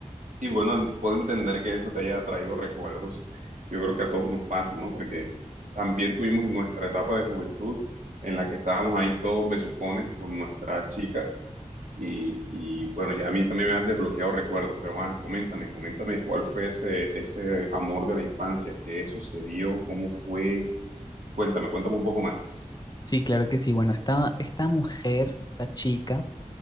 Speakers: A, on the right; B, on the left.
A: y bueno, en- puedo entender que eso te haya traído recuerdos. Yo creo que a todos nos pasa, ¿no? Porque también tuvimos nuestra etapa de juventud en la que estábamos ahí todos besucones con nuestra chica y, y, bueno, ya a mí también me han desbloqueado recuerdos, pero ah, coméntame, coméntame cuál fue ese, ese amor de la infancia, qué sucedió, cómo fue. Cuéntame, cuéntame un poco más.
B: Sí, claro que sí. Bueno, esta, esta mujer, esta chica,